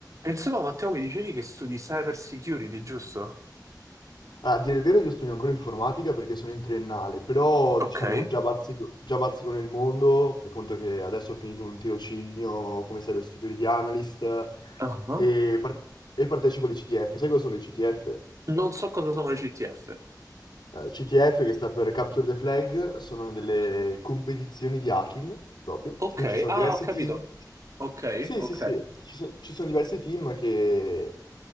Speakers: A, on the right; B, on the left.
A: Insomma, Matteo, mi dicevi che studi cyber security, giusto?
B: Ah, A dire il vero, io studio ancora informatica perché sono in triennale, però
A: Ok.
B: diciamo già bazzico, già bazzico nel mondo, fai conto che adesso ho finito un tirocinio come cyber security analyst
A: Ah,
B: e, par- e partecipo alle CTF. Sai cosa sono le CTF?
A: Non so cosa sono le CTF.
B: Eh, CTF che sta per Capture the Flag, sono delle
A: Ok.
B: competizioni di hacking proprio,
A: Ok.
B: quindi ci sono
A: Ah,
B: diversi
A: ho capito.
B: team
A: Ok,
B: Sì,
A: ok.
B: sì, sì, ci, so- ci sono diversi team che